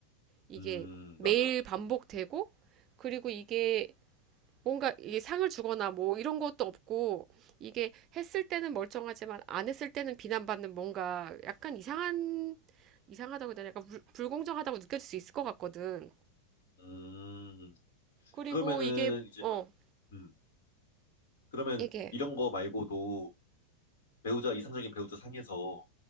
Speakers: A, on the right (about 35°); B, on the left (about 55°).
A: 이게
B: 음,
A: 매일
B: 맞아.
A: 반복되고, 그리고 이게 뭔가 이게 상을 주거나 뭐 이런 것도 없고 이게 했을 때는 멀쩡하지만 안 했을 때는 비난받는 뭔가 약간 이상한 이상하다고 해야 되나 약간 불, 불공정하다고 느껴질 수 있을 것 같거든.
B: 음,
A: 그리고
B: 그러면은
A: 이게
B: 이제
A: 어
B: 막, 음, 그러면
A: 이게
B: 이런 거 말고도 배우자, 이상적인 배우자 상에서